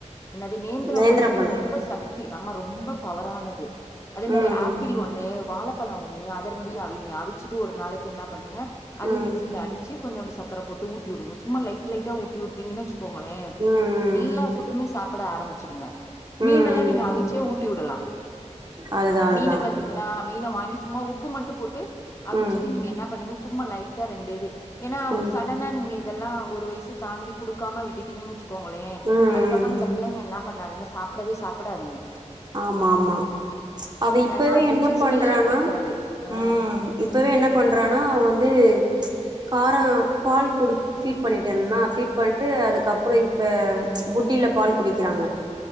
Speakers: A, on the left; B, on the right.
A: என்னது நேந்திரோ
B: நேந்திரம்பழோ
A: பழ வந்து ரொம்ப சக்தி ஆமா ரொம்ப பவரானது அதே மாரி
B: ம்
A: ஆப்பிள் ஒண்ணு வாழப்பழோ ஒண்ணு அத ரெண்டையு அவிங்க அவிச்சிட்டு ஒரு நாளைக்கு என்னா பண்ணுங்க அதே
B: ம்
A: மிக்சில அடிச்சி கொஞ்சோண்டு சக்கர போட்டு ஊட்டி வுடுங்க சும்மா லைட் லைட்டா ஊட்டி வுட்டீங்கனா வச்சு கோங்களே
B: ம் ம்
A: எல்லா ஃபுட்டுமே சாப்ட ஆரம்பிச்சிருங்க
B: ம்
A: மீனெல்லா
B: ம்
A: நீங்க அவிச்சே ஊட்டி வுடலா
B: அதுதா அதுதா
A: மீன பத் திங்கலா மீன வாங்கி சும்மா உப்பு மட்டு போட்டு அவிச்சிட்டு
B: ம்
A: நீங்க என்ன பண்ணுங்க சும்மா லைட்டா ரெண்டு இது ஏனா
B: ம்
A: ஒ சடனா நீங்க இதெல்லா ஒரு வயசு தாண்டி குடுக்காம விட்டுட்டீங்கன் வச்சுக்கோங்களே
B: ம்
A: அதுக்கப்ற
B: ம்
A: அந்த பிள்ளைங்க என்னா பண்ணாதுங்க சாப்டவே சாப்டாதுங்க
B: ஆமா ஆமா அவ இப்பவே
A: நான்வெஜ்ஜு
B: என்ன
A: ஸ்மெல்லு
B: பண்றானா
A: புடிக்காது ஆ
B: ம் இப்பவே என்ன பண்றானா அவ வந்து காரோ பால் குடு ஃபீட் பண்ணிட் இருந்னா ஃபீட் பண்ட்டு அதுக்கப்றோ இப்ப புட்டில பால் குடிக்கிறாங்க.